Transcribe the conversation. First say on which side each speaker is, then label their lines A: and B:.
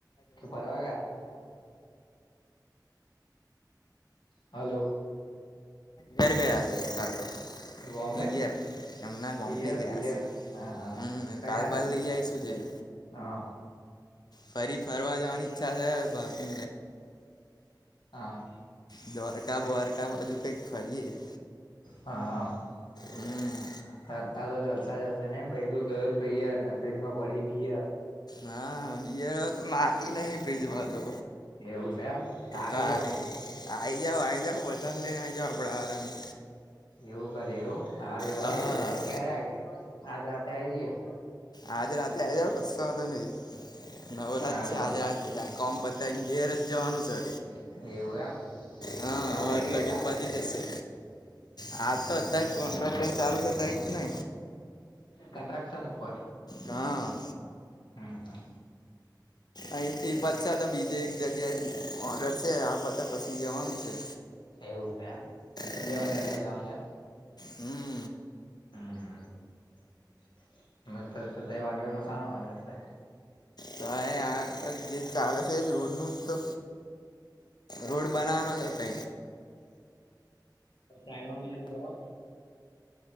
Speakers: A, on the left; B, on the left.
A: <unintelligible>
B: જવું <inaudible>
A: હલો.
B: ઘર ગયા એક કર તો
A: ગામડે
B: પીયર. એમના ગમડી
A: પિયર
B: ગયાસ
A: પિયર હા હા
B: હમ એ
A: કયા
B: કાર બાર લઈ જઈશું જઈ.
A: આવ્યું
B: ફરી ફરવા જવાની. ઈચ્છા છે પણ
A: હા.
B: દ્વારકા બારકા બાજુ કઈક ફરીએે.
A: હા હા
B: હમ
A: ટાલ <unintelligible> હશે ને બયરુ ગયું પ્રિય ને ફ્રિજ માં પડ્યું બિયર
B: હા બિયર તો માતી નહી ફ્રિજમાં તો.
A: એવું છે એમ ત્યા આ આવી
B: તારે
A: જાવ હું.
B: આઈ જાઓ આઈ જાઓ બધાને લઈને આઈ જાઓ આપડા વાળની.
A: એવું કરે એવું હારુંડે
B: હા
A: ને એવું કરે ક્યારે આવી જાય આજે રાતે આઈ જઈએ
B: આજે રાતે આવી જાવ કસો વાંધો નહી નવરાત
A: હારું
B: છે આજે કોમ પતા ઘેર જ જવાનું છે.
A: હારું એવું એમ
B: હા
A: નોકરી
B: વત
A: કઈ
B: લગીન
A: ચાલુ
B: પતી જશે. હા તો અત્યારે કોન્ટ્રાક્ટ ચાલુ છે તઈ જ ને
A: કન્ટ્રાકશન ઉપર
B: હા
A: હમ હમ
B: અહીથી પતશે તો બીજે એક જગ્યાએ ઓર્ડર છે આ પતે પછી જવાનું છે.
A: એવું છે એમ
B: હમ
A: બીજા ઓડરમાં જવાનું એમ.
B: હમ
A: હમ હમ મત તય ઓર્ડરમાં સાનો ઓર્ડર છે.
B: તો એ આ જે ચલે છે રોડનું જ તો. રોડ બનાવાનો જ હતો.
A: સાંઈડમાં બીજું કરો